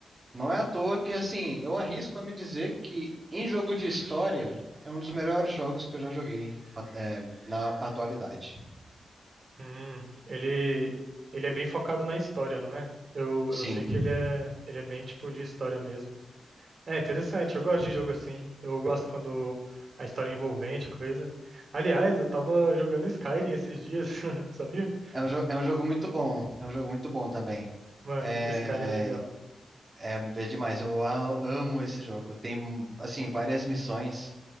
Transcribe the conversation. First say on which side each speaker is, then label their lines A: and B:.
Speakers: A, on the right (about 20°); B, on the right (about 45°).
A: Não é à toa que, assim, eu arrisco a me dizer que em jogo de história é um dos melhores jogos que eu já joguei a- é, na atualidade.
B: Hum, ele, ele é bem focado na história, não é? Eu,
A: Sim,
B: eu sei que ele é, ele é bem tipo de história mesmo. É interessante,
A: sim.
B: eu gosto de jogo assim. Eu gosto quando a história é envolvente, coisa. Aliás, eu tava jogando Skyrim esses dias, <laughs> sabia?
A: É um, jo- é um jogo muito bom. É um jogo muito bom também.
B: Mano,
A: É,
B: Skyrim é legal.
A: é, é demais. Eu a- amo esse jogo. Tem, assim, várias missões